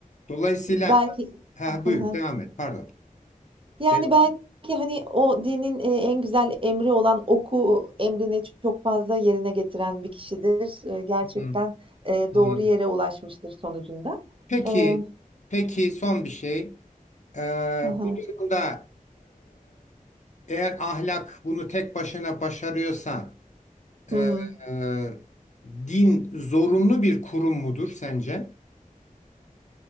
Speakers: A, on the left; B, on the right.
A: Dolayısıyla
B: belki
A: ha
B: <laughs>
A: buyur devam et pardon.
B: Yani,
A: Ben-
B: belki, hani, o dinin, eee, en güzel emri olan oku emrini çok fazla yerine getiren bir kişidir. Eee, gerçekten,
A: Hı,
B: eee,
A: anladım.
B: doğru yere ulaşmıştır sonucunda.
A: Peki,
B: Eee
A: peki son bir şey. Ee,
B: Hı hı.
A: bu durumda e, eğer ahlak bunu tek başına başarıyorsa
B: Hı
A: e,
B: hı.
A: e, din zorunlu bir kurum mudur sence?